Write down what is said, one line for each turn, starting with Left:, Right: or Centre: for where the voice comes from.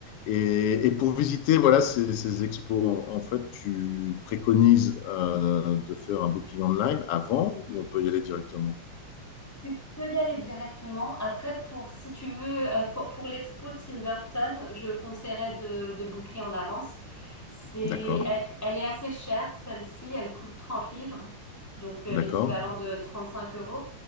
Left: Et, et pour visiter, voilà, ces, ces expos, en fait, tu préconises euh, de faire un booking online avant ou on peut y aller directement?
Centre: Tu peux y aller directement. Après, pour si tu veux, euh, pour, pour l'expo Tim Burton, je conseillerais de, de booker en avance. C'est,
Left: D'accord,
Centre: elle, elle est assez chère, celle-ci. Elle coûte 30 livres, donc euh,
Left: d'accord,
Centre: l'équivalent de 35 euros.